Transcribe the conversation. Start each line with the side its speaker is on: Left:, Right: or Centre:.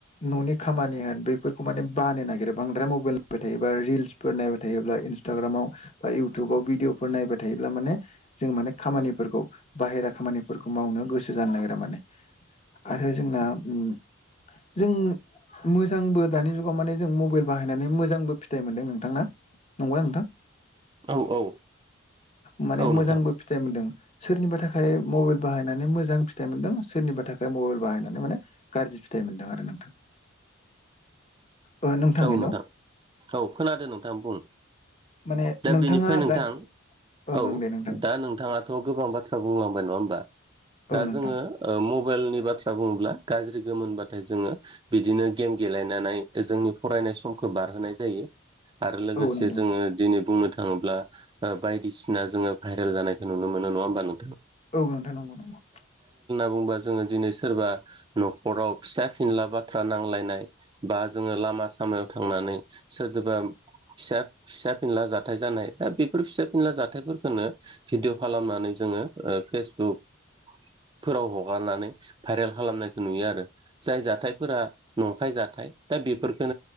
Left: न'नि खामानि होन बेफोरखौ माने बानो नागिरो बांद्राय मबाइल नायबाय थायोबा रिल्सफोर नायबाय थायोब्ला इन्सटाग्रामाव बा इउटुबाव भिदिअफोर नायबाय थायोब्ला माने जों माने खामानिफोरखौ बाहेर <unintelligible> खामानिफोरखौ मावनो गोसो जानो नागिरा माने आरो जोंना उ जों। मोजांबो दानि जुगाव माने जों मबाइल बाहायनानै मोजांबो फिथाइ मोनदों नोंथां ना नंगौ नोंथां।
Right: औ औ
Left: माने
Right: औ
Left: मोजांबो
Right: नोंथां
Left: फिथाइ मोनदों। सोरनिबा थाखाय मबाइल बाहायनानै मोजां फिथाइ मोनदों सोरनिबा थाखाय मबाइल बाहायनानै माने गारजि फिथाइ मोनदों आरो नोंथां। ओ
Right: औ
Left: हेल'
Right: नोंथां औ खोनादो नोंथां बुं।
Left: माने
Right: दा
Left: नोंथाङा
Right: बेनिफ्राय नोंथां।
Left: दा ओं
Right: औ
Left: ओं दे नोंथां
Right: दा नोंथाङाथ' गोबां बाथ्रा बुंलांबाय नङा होमबा
Left: औ
Right: दा जोङो
Left: नोंथां
Right: ओ मबाइलनि बाथ्रा बुङोब्ला गाज्रि गोमोनबाथाय जोङो बिदिनो गेम गेलेनानै जोंनि फरायनाय समखौ बारहोनाय जायो आरो लोगोसे
Left: औ नोंथां
Right: जोङो दिनै। बुंनो थाङोब्ला ओ बायदिसिना जोङो भाइरेल जानायखौ नुनो मोनो नङा होमबा नोंथां?
Left: औव नोंथां नंगौ नंगौ।
Right: ओमबा जोंङो दिनै सोरबा न'खराव फिसा फिनला बाथ्रा नांलायनाय बा जोंङो लामा सा खामायाव थांनानै सोरजोंबा। फिसा फिसा फिनला जाथाय जानाय दा बेफोर फिसा फिनला जाथायफोरखोनो भिदिअ खालामनानै जोङो ओ फेसबुक फोराव हगारनानै भाइरेल खालामनायखौ नुयो आरो जाय जाथायफोरा नंखाय जा थाय दा बेफोरखौ।